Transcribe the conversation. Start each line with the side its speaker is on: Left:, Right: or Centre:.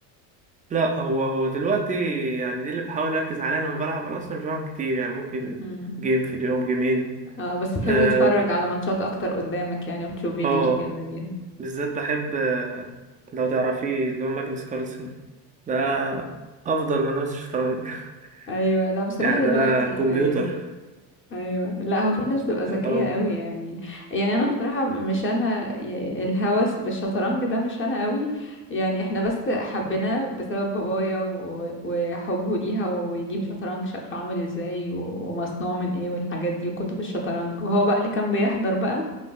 Right: لا هو هو دلوقتي يعني دي اللي بحاول اركز عليها لما بلعب انا اصلا مش بلعب كتير يعني ممكن
Left: امم
Right: جيم في اليوم جيمين
Left: اه بس بتحب
Right: اه,
Left: تتفرج على ماتشات اكتر قدامك يعني وتشوف فيديوز
Right: آه
Left: كده ليها
Right: بالذات بحب آه لو تعرفيه اللي هو ماجنس كارلسن ده افضل من لمس الشطرنج <laughs>
Left: ايوه لا بصراحة
Right: يعني
Left: دلوقتي
Right: ده كمبيوتر
Left: ايوه ايوه لا هو في ناس بتبقى
Right: بحب
Left: ذكيه
Right: اوي
Left: قوي يعني يعني انا بصراحه مش انا ي- الهوس بالشطرنج ده مش انا قوي يعني احنا بس حبيناه بسبب بابايا و- وحبه ليها ويجيب شطرنج شكله عامل ازاي و- ومصنوع من ايه والحاجات دي وكتب الشطرنج وهو بقى اللي كان بيحضر بقى